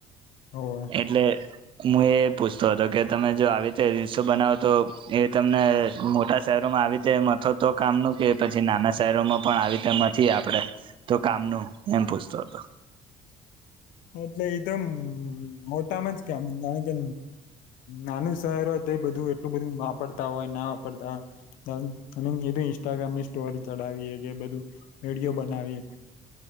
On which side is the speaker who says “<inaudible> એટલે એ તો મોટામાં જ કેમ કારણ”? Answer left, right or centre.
Left